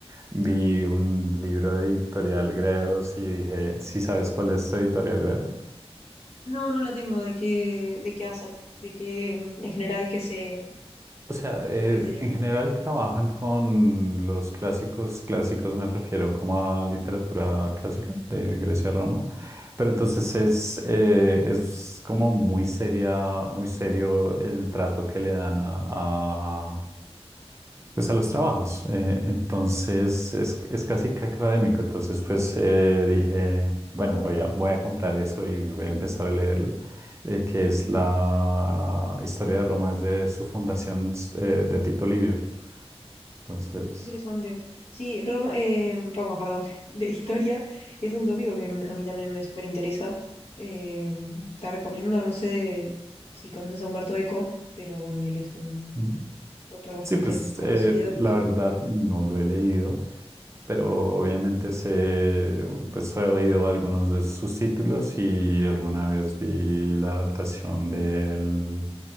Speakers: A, on the right; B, on the left.
A: vi un libro de Editorial Gredos y dije, ¿sí sabes cuál es Editorial Gredos?
B: No, no la tengo de qué, de qué hacen, de qué mm, en general qué se,
A: O sea, eh,
B: a qué se dedican.
A: en general trabajan con los clásicos, clásicos me refiero como a literatura clásica de Grecia a Roma, pero entonces es, eh, es como muy seria, muy serio el trato que le dan a, Pues a los trabajos. eh, entonces es, es casi que académico. Entonces pues eh, dije, bueno, voy a, voy a comprar eso y voy a empezar a leerlo, eh, que es
B: Ahí va.
A: la historia de Roma desde su fundación eh, de Tito Livio. Entonces...
B: Qué interesante. Sí, Roma, eh, Roma, perdón. <laughs> La historia es un tópico que me- a mí también me súper interesa. Eh, te recomiendo, no sé si conoces a Humberto Eco, pero bueno, él es un
A: ujú.
B: autor bastante
A: Sí, pues
B: conocido
A: eh, la
B: que,
A: verdad no lo he leído, pero obviamente sé, pues he oído algunos de sus títulos y alguna vez vi la adaptación del,